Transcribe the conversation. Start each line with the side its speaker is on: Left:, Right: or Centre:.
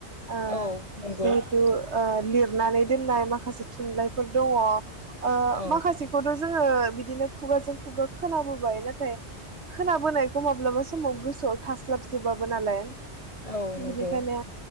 Right: ओ
Left: औ नंगौ।
Right: जिहेथु ओ लिरनानै दोननाय माखासे थुनलाइफोर दङ। ओ
Left: औ
Right: माखासेखौथ' जोङो बिदिनो खुगाजों खुगा खोनाबोबाय नाथाय खोनाबोनायखौ माब्लाबा समाव गोसोआव थास्लाबजोबाबो नालाय।
Left: औ नंगौ
Right: बेनिखायनो